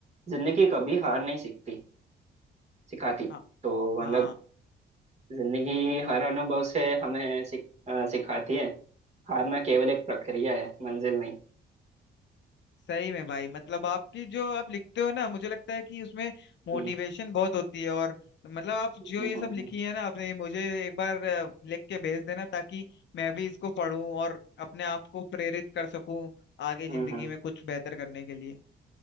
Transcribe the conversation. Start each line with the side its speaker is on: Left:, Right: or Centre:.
Right: जिंदगी कभी हार नहीं सीखती सिखाती
Left: हाँ
Right: तो
Left: हाँ
Right: मतलब जिंदगी हर अनुभव से हमें सिख, अ, सिखाती है हारना केवल एक प्रक्रिया है मंजिल नहीं
Left: सही में भाई मतलब आपकी जो आप लिखते हो ना मुझे लगता है कि उसमें मोटिवेशन
Right: हम्म
Left: बहुत होती है और मतलब आप जो
Right: हम्म
Left: ये
Right: हम्म
Left: सब लिखी है ना आपने मुझे एक बार अ, लिख के भेज देना ताकि मैं भी इसको पढूं और अपने आप को प्रेरित कर सकूं आगे जिंदगी
Right: हम्म,
Left: में कुछ बेहतर करने के लिए